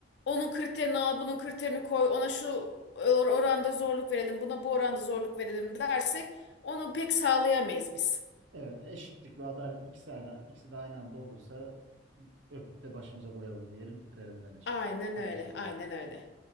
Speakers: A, on the left; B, on the right.
A: onun kriterini al, bunun kriterini koy, ona şu or- oranda zorluk verelim, buna bu oranda zorluk verelim dersek onu pek sağlayamayız biz.
B: Evet, eşitlik ve adalet ikisi aynı, ikisi de aynı anda olursa ıı, öpüp de başımıza koyalım diyelim, bitirelim bence
A: Aynen
B: tartışmayı.
A: öyle, aynen öyle.